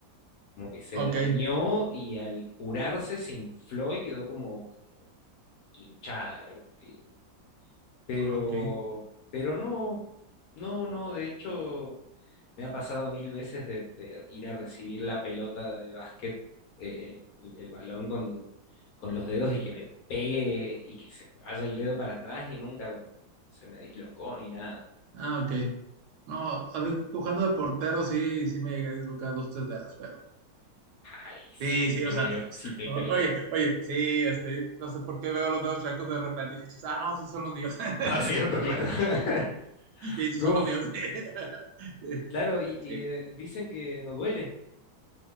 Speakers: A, on the left; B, on the right.
A: como que se
B: ok,
A: dañó y al curarse se infló y quedó como, como hinchada la costilla. Pero,
B: ah, ok.
A: pero no, no, no, de hecho me ha pasado mil veces de, de ir a recibir la pelota de básquet, eh, el, el balón con, con los dedos y que me pegue y que se me vaya el dedo para atrás y nunca se me dislocó ni nada.
B: Ah, ok. No, a mí cojando de portero sí, sí me llegué a dislocar dos, tres dedos, pero.
A: Ay, sí
B: Sí,
A: te
B: sí,
A: creo,
B: o sea,
A: sí te
B: o-
A: creo.
B: oye, oye, sí, este, no sé por qué veo los dedos chacos de repente y dije, "Chis, ah, no, sí son los míos. <laughs>
A: Ah, cierto, claro. <laughs>
B: Sí, sí
A: No.
B: son los míos. <laughs> Sí.
A: Claro, y,
B: Sí.
A: y, eh, dicen que no duele